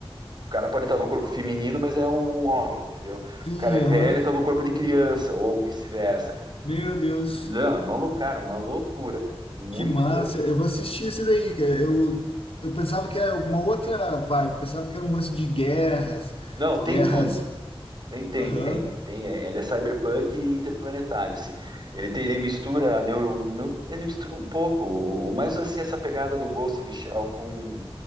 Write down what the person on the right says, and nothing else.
cara pode estar no corpo feminino, mas é um homem, entendeu?
O cara é velho
e tá no corpo de criança, ou vice-versa, cara.
Não, é uma loucura, uma loucura, cara. Muito
doido.
Não, tem
tudo. Tem, tem,
tem, tem. é, Ele é cyberpunk e interplanetário, assim. Ele tem, ele mistura a neuro, não- ele mistura um pouco, o- o- mais assim essa pegada do Ghost in the Shell com